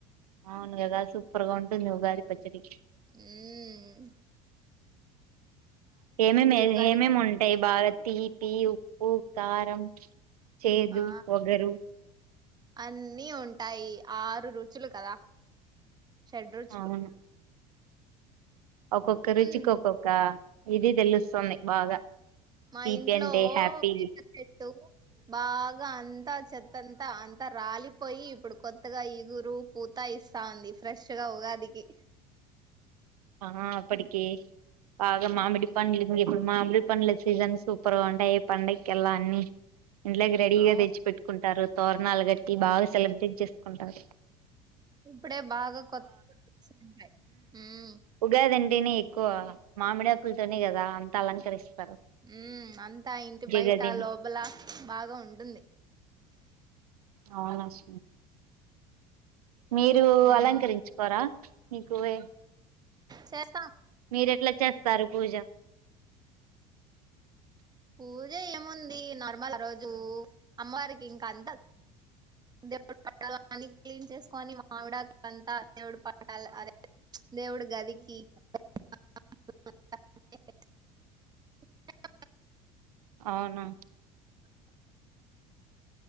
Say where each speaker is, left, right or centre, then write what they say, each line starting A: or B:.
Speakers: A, on the right (about 75°); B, on the right (about 20°).
A: అవును కదా సూపర్గా ఉంటుంది ఉగాది పచ్చడి
B: హ్మ్
A: ఏమేమి
B: ఉగాది
A: ఏమేమి
B: పచ్చడి
A: ఉంటాయి బాగా తీపి ఉప్పు కారం చేదు
B: ఆ
A: వగరు
B: అన్నీ ఉంటాయి ఆరు రుచులు కదా షడ్రుచులు
A: అవును ఒక్కొక్క రుచికి
B: మ్మ్
A: ఒక్కొక్క ఇది తెలుస్తుంది బాగా
B: మా
A: తీపి
B: ఇంట్లో
A: అంటే హ్యాపీ
B: వేప చెట్టు బాగా అంతా చెత్తం అంత అంతా రాలిపోయి ఇప్పుడు కొత్తగా ఇగురు పూతా ఇస్తా ఉంది ఫ్రెష్ గా ఉగాదికి
A: ఆ అప్పటికి బాగా మామిడి పండ్లు ఇప్పుడు మామిడి పండ్ల సీజన్ సూపర్గా ఉంటాయి పండగకేల్లా అన్ని ఇంట్లోకి రెడీగా
B: అవును
A: తెచ్చి పెట్టుకుంటారూ తోరణాలు కట్టి బాగా సెలబ్రేట్ చేసుకుం కొంటారు
B: ఇప్పుడే బాగా కొత్తగా వచ్చింతాయి హ్మ్మ్
A: ఉగాదండి ఇంటిని ఎక్కువ మామిడికులతోనే కదా అంత అలంకరిస్త
B: ఉ అంతా ఇంటి బయట
A: గదిని
B: లోపల బాగా ఉంటుంది
A: అవునా స మీరు
B: ఉమ్
A: అలంకరించుకోరా నికు వే
B: చేస్తా
A: మీరు ఎట్లా చేస్తారు పూజ
B: పూజ ఏముంది నార్మల్ ఆ రోజు అమ్మవారికి ఇంకా అంతా దేవుడు పటలు అన్ని క్లీన్ చేసుకొని మామిడాకులు అంతా దేవుడు పట లు అదే దేవుడు గదికి <unintelligible>
A: అవునా